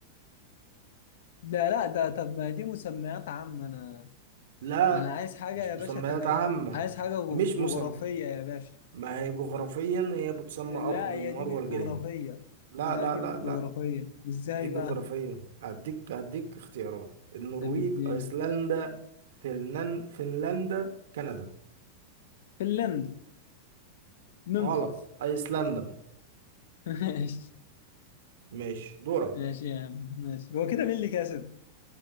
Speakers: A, on the left; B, on the right.
A: لا لا ده طب ما دي مسميات عامة أنا
B: لا
A: أنا عايز حاجة
B: مش
A: يا
B: مسميات
A: باشا تاريخ
B: عامة
A: عايز حاجة جو-
B: مش
A: جغرافية
B: مسمى
A: يا باشا
B: ما هي جغرافيا هي بتسمى
A: لا
B: ارض
A: هي
B: النار
A: دي مش
B: والجليد
A: جغرافية
B: لا
A: لا
B: لا
A: دي
B: لا
A: مش جغرافية
B: لا
A: ازاي
B: دي جغرافيا
A: بقى؟
B: هديك هديك اختيارات النرويج
A: ده الدين
B: ايسلندا فنلن- فنلندا كندا
A: فنلندا ننفخ
B: غلط ايسلندا
A: <laughs> ماشي
B: ماشي دورك
A: ماشي يا عم ماشي هو كده مين اللي كسب؟